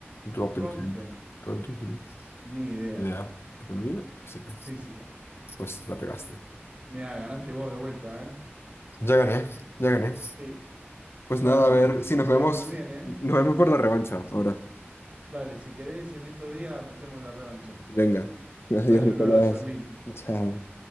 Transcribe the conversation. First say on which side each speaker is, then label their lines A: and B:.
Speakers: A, on the left; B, on the right.
A: Rottenheim.
B: Röntgen?
A: Rottenheim.
B: Ni idea.
A: Ya. Economía, física.
B: Física.
A: Pues sí, claro. Pues la pegaste.
B: Mirá, ganaste vos de vuelta, ¿eh?
A: Ya gané, ya gané.
B: Sí.
A: Pues
B: Bueno,
A: nada, a ver si nos
B: te
A: vemos.
B: veo muy bien, ¿eh?
A: Nos vemos por la revancha ahora.
B: Dale, si querés, en estos días metemos la revancha.
A: Venga. Adiós,
B: Dale,
A: Nicolás.
B: un abrazo, Emil.
A: Chao.